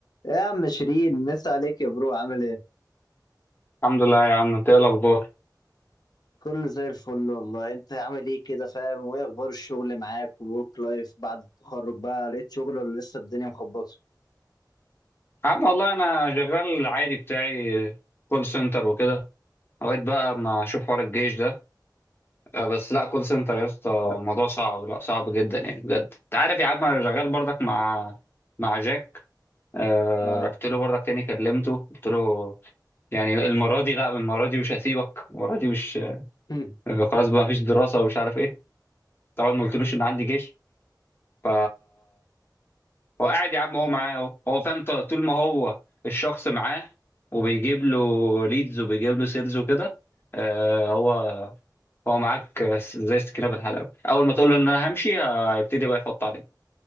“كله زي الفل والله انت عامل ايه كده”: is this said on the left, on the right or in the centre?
Left